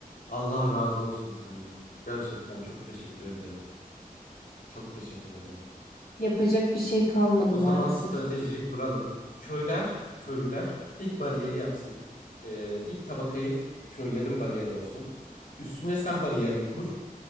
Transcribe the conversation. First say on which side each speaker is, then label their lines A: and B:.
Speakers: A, on the left; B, on the left.
A: Allah razı olsun senden. Gerçekten çok teşekkür ederim. Çok teşekkür ederim.
B: Yapacak bir şey kalmadı
A: O
B: maalesef.
A: zaman stratejiyi kuralım. Köyler, köylüler ilk bariyeri yapsın. Ee, ilk tabakayı köylerin bariyeri olsun. Üstüne sen bariyerini kur.